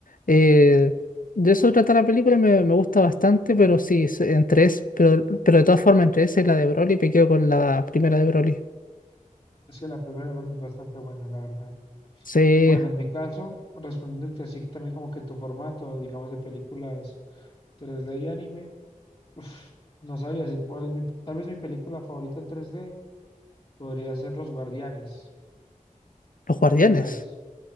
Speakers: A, on the left (about 80°); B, on the left (about 40°).
A: eh, de eso trata la película, me, me gusta bastante, pero sí, se- entre es, pero, pero de todas formas, entre esa y la de Broly, me quedo con la primera de Broly.
B: es que la primera rol es bastante buena, la verdad.
A: Sí,
B: Bueno, en mi caso, respondiéndote así también como que en tu formato, digamos, de películas 3D y anime, uf, no sabría decir cuál es mi, tal vez mi película favorita en 3D podría ser Los Guardianes,
A: los guardianes.
B: tal vez.